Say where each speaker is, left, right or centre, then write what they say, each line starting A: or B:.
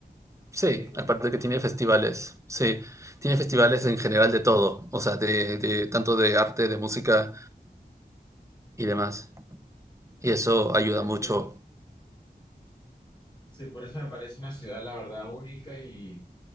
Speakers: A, on the right (about 15°); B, on the left (about 25°).
A: Sí,
B: y de juventud,
A: aparte que
B: ¿no?
A: tiene festivales, sí, tiene festivales
B: Sí,
A: en general de todo, o sea, de, de tanto de arte, de música y demás.
B: sí,
A: Y eso
B: por eso me
A: ayuda
B: parece,
A: mucho.
B: sí, por eso me parece una ciudad, la verdad, única y